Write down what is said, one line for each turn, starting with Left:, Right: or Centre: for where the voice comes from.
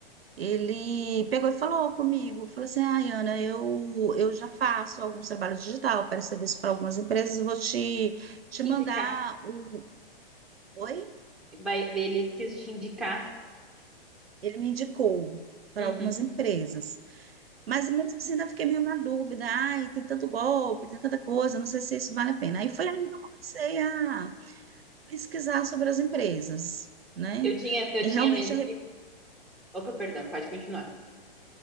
Right: Ele pegou e falou comigo, falou assim, ai, Ana, eu, eu já faço alguns trabalhos digital para serviço para algumas empresas, vou te, te mandar
Centre: Indicar.
Right: o... Oi?
Centre: Vai, ele quis te indicar.
Right: Ele me indicou para
Centre: Uhum.
Right: algumas empresas. Mas mesmo assim ainda fiquei meio na dúvida, ai, tem tanto golpe, tem tanta coisa, não sei se isso vale a pena. Aí foi aí que eu comecei a pesquisar sobre as empresas, né?
Centre: Eu tinha, eu
Right: E
Centre: tinha
Right: realmente,
Centre: medo
Right: a re-
Centre: de. Opa, perdão, pode continuar.